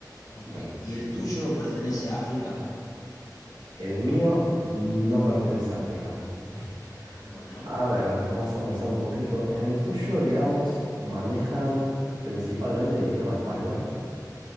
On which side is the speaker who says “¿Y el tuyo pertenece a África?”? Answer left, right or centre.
Left